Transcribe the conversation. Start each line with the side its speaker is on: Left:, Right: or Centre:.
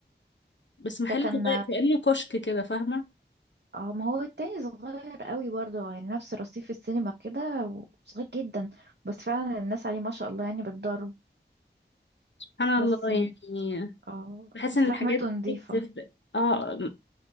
Left: بس محل
Right: ده كان
Left: صغير كأنه كشك كده فاهمة
Right: اه ما هو التاني صغير قوي برضه يعني نفس رصيف السينما كده وصغير جدا بس فعلا الناس عليه ما شاء الله يعني بتضرب
Left: سبحان الله
Right: بس ن-
Left: يعني
Right: اه
Left: بحس
Right: اصل
Left: ان الحاجات
Right: لحمته نضيفة
Left: دي بتفرق اه